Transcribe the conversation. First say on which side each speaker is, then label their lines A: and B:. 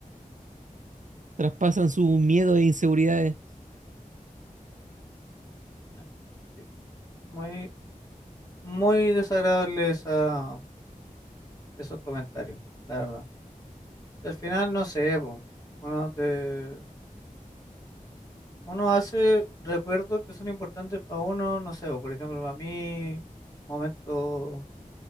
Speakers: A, on the right; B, on the left.
A: traspasan su miedo e inseguridades.
B: eh, sí. Muy, muy desagradable esa, esos comentarios, la verdad. Y al final, no sé, po, uno, te- uno hace recuerdos que son importantes para uno, no sé, po, por ejemplo, para mí, momento